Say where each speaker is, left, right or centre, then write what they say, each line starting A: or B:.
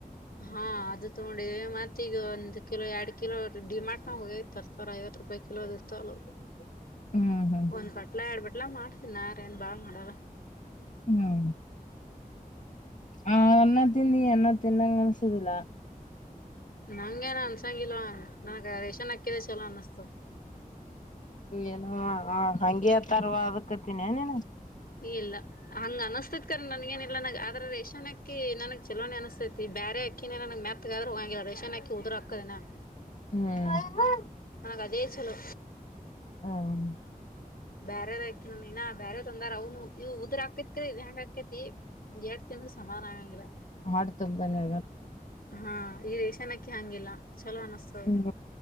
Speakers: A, on the left; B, on the left.
A: ಹಾ ಅದು, ತಗೊಂಡಿದ್ದೀವಿ ಮತ್ತಿ ಈಗ ಒಂದು ಕಿಲೋ ಎರಡು ಕಿಲೋ ಡಿಮಾಟ್ನ ಹೋಗಿ ತರ್ತಾರೆ ಐವತ್ತು ರೂಪಾಯಿ ಕಿಲೋದು ಇರ್ತವಲ್ಲ.
B: <inaudible> ಹ್ಮ್
A: ಒಂದ್ ಬಟ್ಲಾ ಎರಡ್ ಬಟ್ಲಾ ಮಾಡ್ತಿನಾರೇಏನ್ ಬಾಳ್ ಮಾಡರ.
B: ಹ್ಮ್ ಹ ಅನ್ನ ತಿನ್ನು ಅನ್ನ ತಿನ್ನಂಗ್ ಅನ್ಸೊದಿಲ್ಲ.
A: ನಂಗೆನ ಅನ್ಸಂಗಿಲ್ಲ ನನಗೆ ರೇಷನ್ ಅಕ್ಕಿನೆ ಚಲೋ ಅನಿಸುತ್ತದೆ.
B: ಏನು ಹ ಹಂಗೆ ಹೇಳ್ತಾರಲ್ಲ ಅದಕ್ಕೂ ಹತ್ತೀನೆನು,
A: ಇಲ್ಲ ಹಂಗ್ ಅನಿಸ್ತತ್ ನನ್ಗೇನಿಲ್ಲ ಆದ್ರೆ ರೇಷನ್ಅಕ್ಕಿ ನನ್ ಚಲೋನು ಅನಸ್ತೈತಿ ಬ್ಯಾರೆ ಅಕ್ಕಿನೇ ನನಗೆ ಮತ್ ಹೋಗಂಗಿಲ್ಲ ರೇಷನ್ ಅಕ್ಕಿ ಉದುರಾಗ್ತಾವು ನೋಡು.
B: ಹ್ಮ್ ಅವ್ವ
A: ನಿನಗೆ ಅದೇ ಚಲೋ.
B: ಹ್ಮ್
A: ಬೇರೆದಾಕಿ ಇನಾ ಬೇರೆ ಬಂದಾರ ಅವನು ಇವು ಉದ್ರ ಆಗ್ತೈತಿ ಹೆಂಗ್ ಆಗ್ತೈತಿ ಜಾಸ್ತಿ. ಹೆಣ್ಣು ಸಮನಾಗಂಗಿಲ್ಲ.
B: ಹಾಡು ತುಂಬಾನೇ
A: ಹಾ ಈ ರೇಷನ್ ಅಕ್ಕಿ ಹಂಗಿಲ್ಲ ಚಲೋ ಅನಿಸ್ತಾ ಇದೆ.
B: ಹ್ಮ್